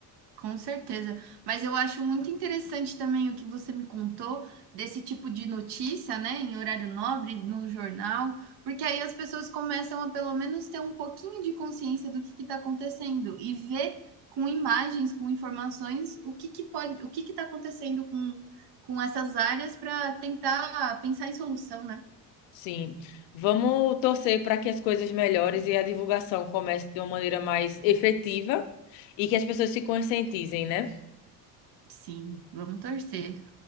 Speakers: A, on the right (about 55°); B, on the left (about 65°).
A: Com certeza. Mas eu acho muito interessante também o que você me contou desse tipo de notícia, né, em horário nobre, no jornal, porque aí as pessoas começam a pelo menos ter um pouquinho de consciência do que está acontecendo e ver com imagens, com informações, o que, que pode, o que está acontecendo com, com essas áreas para tentar pensar em solução, né?
B: Sim. Vamos torcer para que as coisas melhores e a divulgação comece de uma maneira mais efetiva e que as pessoas se conscientizem, né?
A: Sim, vamos torcer.